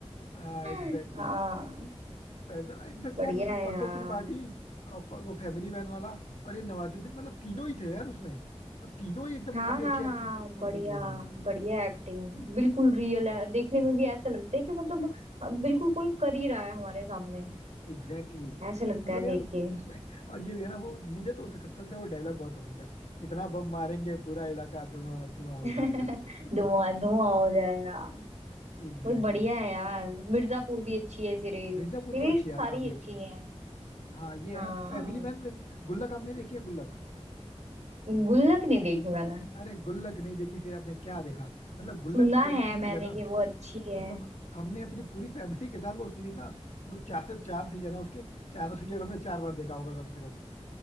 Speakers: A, on the left (about 75°); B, on the right (about 85°).
A: हाँ एग्जैक्टली
B: <laughs> हाँ
A: फैसला इनफेक्ट
B: बढ़िया
A: यार उसमें
B: है
A: पंकज
B: यार
A: त्रिपाठी और प- वो फैमिली मैन वाला और ये नवाजुद्दीन मतलब तीनों ही थे यार उसमें और तीनों ही एकदम
B: हाँ
A: काफी
B: हाँ
A: अच्छी एक्टिंग
B: हाँ
A: पोर्ट्रे
B: बढ़िया
A: की है उन्होंने
B: बढ़िया एक्टिंग बिल्कुल रियल है देखने में भी ऐसा लगता है कि मतलब हाँ, बिल्कुल कोई कर ही रहा है हमारे सामने
A: एग्जैक्टली exactly.
B: ऐसे लगता
A: मतलब
B: है
A: यार
B: देख
A: उस,
B: के
A: उसमें और ये भी है ना वो मुझे तो उसका सबसे ज्यादा वो डायलॉग बहुत पसंद है इतना बम मारेंगे पूरा इलाका धुआं धुआं हो
B: <laughs>
A: जाएगा
B: धुआं धुआं हो जाएगा
A: Exactly
B: बहुत बढ़िया है यार मिर्जापुर भी अच्छी है
A: exactly.
B: सीरीज
A: मिर्जापुर
B: सीरीज
A: तो अच्छी है
B: तो
A: यार
B: सारी
A: काफी
B: अच्छी
A: अच्छी है
B: है
A: हाँ ये
B: हाँ
A: है ना फैमिली मैन वैसे गुल्लक आपने देखी है गुल्लक
B: गुल्लक नहीं देखी मैंने
A: अरे गुल्लक नहीं देखी फिर आपने क्या देखा मतलब गुल्लक
B: सुना
A: एक ऐसी
B: है
A: सीरीज
B: मैंने
A: है ना
B: कि वो अच्छी है
A: मतलब हमने अपनी पूरी फैमिली के साथ वो सीरीज ना वो चार चार सीजन है उसके चारों सीजन हमने चार बार देखा होगा कम से कम